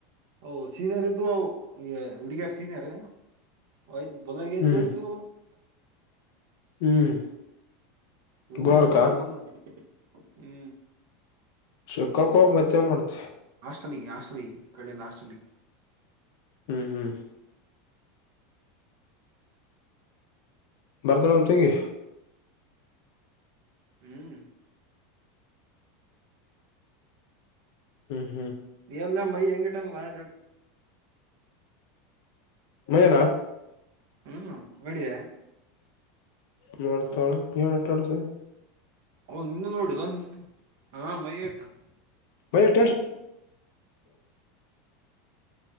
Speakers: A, on the right; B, on the left.
A: ಓ ಸೀನಿಯರ್ ಇದವವುಹು ಹುಡುಗಿಯರು ಸೀನರ್. <unintelligible>
B: ಹ್ಮ್ ಹ್ಮ್
A: ಇವನು
B: ಗೋರ್ಕ
A: ಓ್ತವ್ ಒಂದು ಒಂದು ಹ್ಮ್.
B: ಸಕ್ಕ ಕಾಕೋ ಮತ್ತೆ ಮಾಡತಿ.
A: ಹಲಿ ಹಾಸ್ಟಲಿ ಕಡೆಯಿಂದ ಹಾಸ್ಟಲಿ.
B: ಹ್ಮ್ ಹ್ಮ್ ಬರ್ದನಂ ತಂಗಿ.
A: ಹ್ಮ್
B: ಹ್ಮ್
A: ನೀ ಎಲ್ಲ ಮೈ ಹೆಂಗಟಾನ ನ
B: ಮೆನಾ
A: ಹ್ಮ್ ಬಿಡಿಯ
B: ನರ್ತಳ ಕ ನಟಳಸ
A: ಅವ ನಿನ್ನ ನೋಡಿಲ್ಲ ನಿ ಹಾ ಮೈ ಟ
B: ಮೆತ